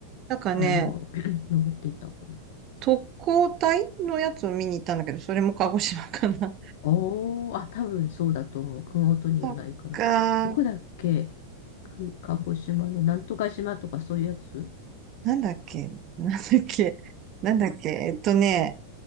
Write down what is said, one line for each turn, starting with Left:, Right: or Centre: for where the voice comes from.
Right: なんかね、
Left: あの、<clears throat> 登っていったのかな。
Right: 特攻隊のやつを見に行ったんだけど、それも鹿児島かな。
Left: おー、あ、多分そうだと思う。熊本にはないからどこだっけ
Right: そっか。
Left: く、鹿児島のなんとか島とかそういうやつ
Right: なんだっけ、なんだっけ、なんだっけ、えっとね、